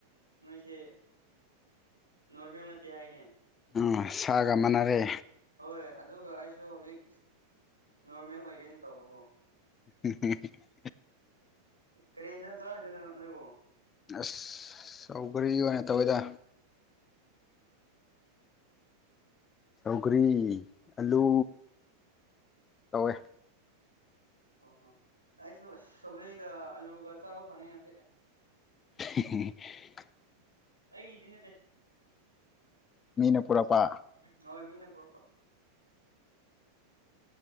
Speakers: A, on the right; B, on the left.
A: ꯅꯣꯏꯁꯦ ꯅꯣꯔꯃꯦꯜ ꯅꯠꯇꯦ ꯍꯥꯏꯅꯦ
B: ꯑ ꯁꯥꯔꯒ ꯃꯥꯟꯅꯔꯦ
A: ꯍꯣꯏ ꯑꯗꯨꯒ ꯑꯩꯁꯨ ꯍꯧꯖꯤꯛ ꯅꯣꯔꯃꯦꯜ ꯑꯣꯏꯒꯦꯅ ꯇꯧꯕꯀꯣ
B: <unintelligible>
A: ꯀꯔꯤ ꯌꯦꯟꯖꯥꯡ ꯆꯥꯔꯤꯅꯣ ꯅꯪ ꯅꯣꯏꯕꯨ
B: ꯑꯁ ꯁꯧꯒ꯭ꯔꯤ ꯑꯣꯏꯅ ꯇꯧꯋꯤꯗ ꯁꯧꯒ꯭ꯔꯤ ꯑꯂꯨ ꯇꯧꯋꯦ
A: ꯑꯣꯍꯣ ꯑꯩꯁꯨ ꯁꯧꯒ꯭ꯔꯤꯒ ꯑꯂꯨꯒ ꯆꯥꯕ ꯐꯪꯉꯦ ꯉꯁꯤꯗꯤ
B: <unintelligible>
A: ꯑꯩꯒꯤꯗꯤ ꯅꯠꯇꯦ
B: ꯃꯤꯅ ꯄꯨꯔꯛꯄ
A: ꯎ ꯍꯣꯏ ꯃꯤꯅ ꯄꯨꯔꯛꯄ